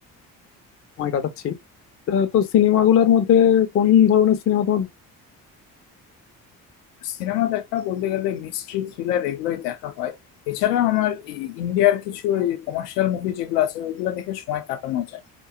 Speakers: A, on the left (about 30°); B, on the left (about 75°).
A: সময় কাটাচ্ছি আহ, তো সিনেমাগুলোর মধ্যে কোন ধরনের সিনেমা তোমার
B: সিনেমা দেখা বলতে গেলে মিস্ট্রি থ্রিলার এগুলোই দেখা হয় এছাড়া আমার ই- ইন্ডিয়ার কিছু কমার্শিয়াল মুভি যেগুলো আছে ওইগুলো দেখে সময় কাটানো যায়